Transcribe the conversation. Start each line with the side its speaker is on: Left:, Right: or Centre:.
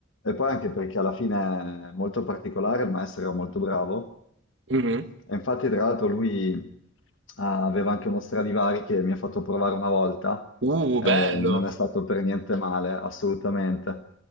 Left: e poi anche perché alla fine è molto particolare, il maestro era molto bravo
Right: mhm.
Left: e infatti, tra l'altro, lui ah, aveva anche uno Stradivari che mi ha fatto provare una volta,
Right: Uh,
Left: eh,
Right: bello.
Left: non è stato per niente male, assolutamente.